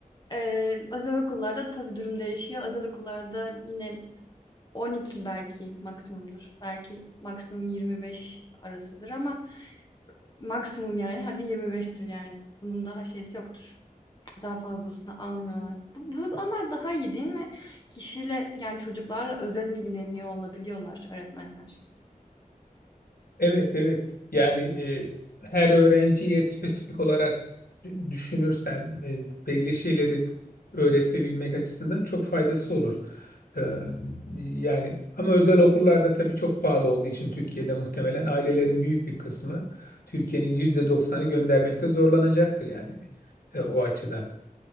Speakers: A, on the left (about 30°); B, on the left (about 85°).
A: eee, özel okullarda tabii durum değişiyor. Özel okullarda yine 12 belki maksimumdur. Belki maksimum 25 arasıdır ama maksimum yani hadi 25'tir yani. Bunun daha şeysi yoktur. Daha fazlasını almıyorlar. Bu, bu ama daha iyi değil mi? Kişiyle yani çocuklarla özel ilgileniyor olabiliyorlar öğretmenler.
B: Evet, evet. Yani e, her öğrenciye spesifik olarak dü- düşünürsen e, belli şeyleri öğretebilmek açısından çok faydası olur. Ee, yani ama özel okullarda tabii çok pahalı olduğu için Türkiye'de muhtemelen ailelerin büyük bir kısmı Türkiye'nin yüzde doksanı göndermekte zorlanacaktır yani e, o açıdan.